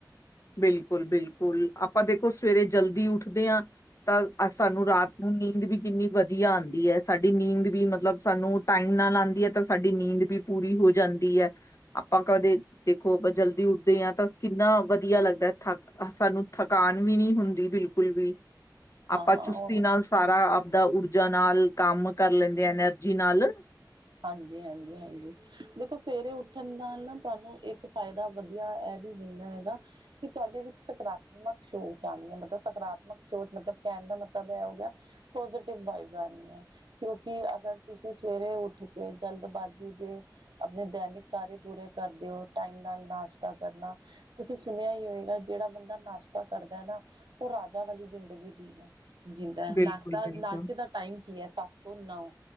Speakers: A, on the left; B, on the right.
A: ਬਿਲਕੁਲ-ਬਿਲਕੁਲ ਆਪਾਂ ਦੇਖੋ ਸਵੇਰੇ ਜਲਦੀ ਉੱਠਦੇ ਆਂ ਤਾਂ ਅ ਸਾਨੂੰ ਰਾਤ ਨੂੰ ਨੀਂਦ ਵੀ ਕਿੰਨੀ ਵਧੀਆ ਆਂਦੀ ਹੈ, ਸਾਡੀ ਨੀਂਦ ਵੀ ਮਤਲਬ ਸਾਨੂੰ ਟਾਈਮ ਨਾਲ ਆਂਦੀ ਹੈ ਤਾਂ ਸਾਡੀ ਨੀਂਦ ਵੀ ਪੂਰੀ ਹੋ ਜਾਂਦੀ ਆ ਆਪਾਂ ਕਦੇ ਦੇਖੋ ਆਪਾਂ ਜਲਦੀ ਉੱਠਦੇ ਆ ਤਾਂ ਕਿੰਨਾ ਵਧੀਆ ਲੱਗਦਾ ਥੱਕ ਸਾਨੂੰ ਥਕਾਨ ਵੀ ਨੀ ਹੁੰਦੀ ਬਿਲਕੁਲ ਵੀ।
B: ਹਾਂ
A: ਆਪਾਂ ਚੁਸਤੀ
B: ਉਹ
A: ਨਾਲ ਸਾਰਾ ਆਪਦਾ ਊਰਜਾ ਨਾਲ ਕੰਮ ਕਰ ਲੈਂਦੇ ਆ ਐਨਰਜੀ ਨਾਲ
B: ਹਾਂਜੀ-ਹਾਂਜੀ-ਹਾਂਜੀ ਦੇਖੋ ਸਵੇਰੇ ਉੱਠਣ ਨਾਲ ਨਾ ਤੁਹਾਨੂੰ ਇੱਕ ਫਾਇਦਾ ਵਧੀਆ ਐ ਵੀ ਮਿਲਦਾ ਹੈਗਾ ਕਿ ਤੁਹਾਡੇ ਵਿੱਚ ਸਕਰਾ ਰਾਤਮਕ ਸੋਚ ਆਂਦੀ ਏ ਮਤਲਬ ਸਕਾਰਾਤਮਕ ਸੋਚ ਮਤਲਬ ਕਹਿਣ ਦਾ ਮਤਲਬ ਐ ਹੋ ਗਿਆ ਪੋਜ਼ਟਿਵ ਵਾਈਬੀਜ ਆਣੀ ਏ ਕਿਉਂਕਿ ਅਗਰ ਤੁਸੀਂ ਸਵੇਰੇ ਉੱਠ ਕੇ ਜਲਦਬਾਜ਼ੀ ਦੇ ਆਪਣੇ ਦੈਨਿਕ ਕਾਰਯ ਪੂਰੇ ਕਰਦੇ ਹੋ ਟਾਈਮ ਨਾਲ ਨਾਸ਼ਤਾ ਕਰਨਾ ਤੁਸੀਂ ਸੁਣਿਆ ਹੀ ਹੋਏਗਾ ਜਿਹੜਾ ਬੰਦਾ ਨਾਸ਼ਤਾ ਕਰਦਾ ਏ ਨਾ ਓ ਰਾਜਾ ਵਾਲੀ ਜ਼ਿੰਦਗੀ ਜਿੰਨਾ। ਜਿੰਦਾ ਨਾਸ਼ਤਾ
A: ਬਿਲਕੁਲ ਬਿਲਕੁਲ
B: ਨਾਸ਼ਤੇ ਦਾ ਟਾਈਮ ਕੀ ਹੈ ਸੱਤ ਤੋਂ ਨੌ